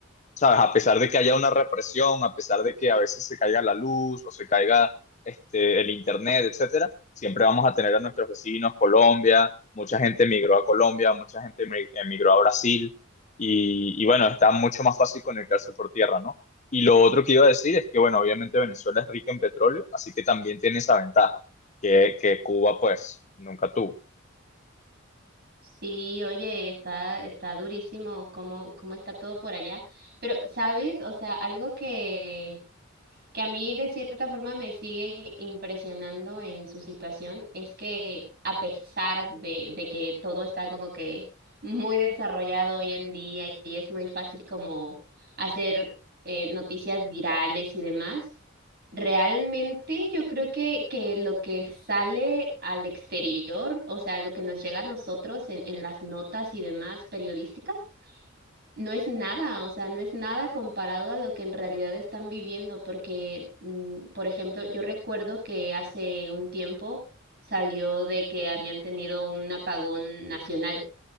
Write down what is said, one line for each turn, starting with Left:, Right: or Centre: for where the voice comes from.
Left: ¿sabes? A pesar de que haya una represión, a pesar de que a veces se caiga la luz o se caiga este, el internet, etcétera, siempre vamos a tener a nuestros vecinos, Colombia, mucha gente emigró a Colombia, mucha gente emig- emigró a Brasil, y, y bueno, está mucho más fácil conectarse por tierra, ¿no? Y lo otro que iba a decir es que, bueno, obviamente Venezuela es rica en petróleo, así que también tiene esa ventaja que, que Cuba, pues, nunca tuvo.
Right: Sí, oye, está, está durísimo cómo, cómo está todo por allá. Pero, ¿sabes? O sea, algo que, que a mí de cierta forma me sigue impresionando en su situación es que a pesar de, de que todo está como que muy desarrollado hoy en día y es muy fácil como hacer eh, noticias virales y demás, realmente yo creo que, que lo que sale al exterior, o sea, lo que nos llega a nosotros en, en las notas y demás periodísticas, no es nada, o sea, no es nada comparado a lo que en realidad están viviendo, porque, mm, por ejemplo, yo recuerdo que hace un tiempo salió de que habían tenido un apagón nacional